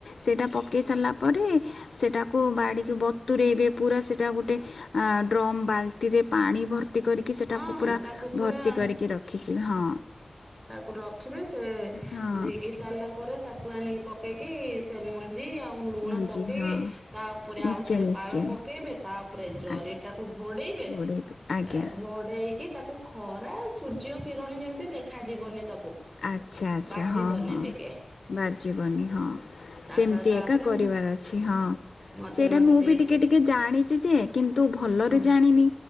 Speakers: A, on the left; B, on the right.
A: ସେଇଟା ପକାଇ ସାରିଲା ପରେ ସେଟାକୁ ବାଡ଼ିକୁ ବତୁରେଇବେ ପୁରା ସେ ସେଇଟା ଗୋଟେ ଡ୍ରମ ବାଲିଟ ରେ ପାଣି ଭର ଭର୍ତ୍ତି କରିକି ସେଇଟାକୁ
B: ହଁ
A: ପୁରା
B: ତାକୁ ପୁରା
A: ଭର୍ତ୍ତି କରିକି ରଖିଛିିବା ହଁ।
B: ତାକୁ ରଖିବେ, ସେ
A: ହଁ
B: ଭିଗି ସାରିଲା ପରେ ତାକୁ ଆଣିକି ପକେଇକି ସେ ମନ୍ ଜି ଆଉ ଲୁଣ
A: ମଞ୍ଜି
B: ପକେଇ
A: ହଁ
B: ତା ଉପରେ
A: ନିଶ୍ଚୟ
B: ଆଉ ଥରେ
A: ନିଶ୍ଚୟ
B: ପାଳ ପକେଇବେ ତାପରେ ଜରି
A: ଆଜ୍ଞା
B: ଟାକୁ ଘୋଡେଇବେ।
A: ଗୋଡ଼େଇକି ଆଜ୍ଞା
B: <unintelligible> ଘୋଡେଇକି ତାକୁ ଖରା ସୂର୍ଯ୍ୟ କିରଣ ଯେମିତି ଦେଖାଯିବନି ତାକୁ।
A: ଆଚ୍ଛା ଆଚ୍ଛା
B: ବାଜିବନି
A: ହଁ ହଁ
B: ଟିକେ
A: ବାଜିବନି ହଁ।
B: ତାକ
A: ସେମ୍ ତି
B: ତାପରେ
A: ଏକା କରିବାର ଅଛି ହଁ
B: ମଝିରେ
A: ସେଇଟା
B: ମଝିରେ
A: ମୁଁ ବି ଟିକେ
B: ଚେ
A: ଟିକେ ଜାଣିଛି ଯେ କିନ୍ତୁ ଭଲରେ
B: ହଁ
A: ଜାଣିନି।